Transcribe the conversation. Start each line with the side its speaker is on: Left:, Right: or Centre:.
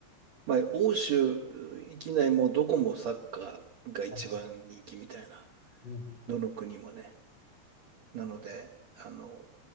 Right: まあ、欧州う域内もどこもサッカーが一番人気みたいな、
Left: いはいうんうんうん
Right: どの国もね。なので、あの、